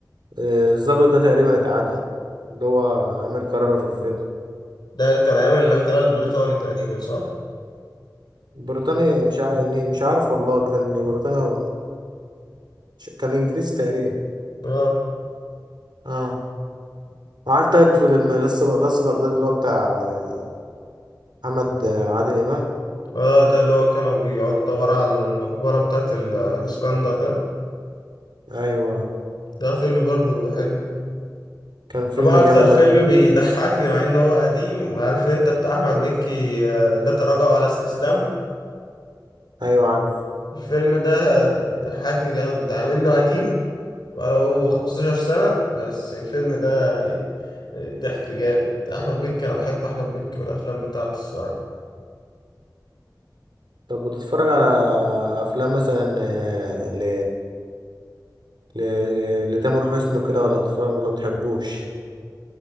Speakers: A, on the right; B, on the left.
A: آه، الظابط ده تقريبا اتعدى اللي هو أمير كرارة في الفيلم
B: ده كان أيام الاحتلال البريطاني تقريبا صح؟
A: بريطاني مش عارف مش عارف والله كان بريطاني أو- كان إنجليزي تقريبا
B: اه
A: اه عارف طيب لما لسه لسه بغداد اللي هو بتاع آه، محمد آه، عادل إمام
B: اه ده اللي هو كانوا بيقعدوا يدوروا على المقبرة بتاعت ال- الإسكندر ده
A: أيوة
B: ده فيلم برضه حلو
A: كان فيلم
B: بقى
A: جامد
B: أكتر فيلم
A: أوي.
B: بيضحكني مع إن هو قديم عارف أنت بتاع أحمد مكي آه، لا تراجع ولا استسلام
A: أيوة عارف
B: الفيلم ده بيضحكني جامد ده منه قديم بقاله 15 سنة بس الفيلم ده يعني آه، ضحك جامد أحمد مكي أنا بحب أحمد مكي والأفلام بتاعته الصراحة
A: طب بتتفرج على أفلام مثلا آه، ل ل لتامر حسني كده ولا بتتفرج ولا بتحبوش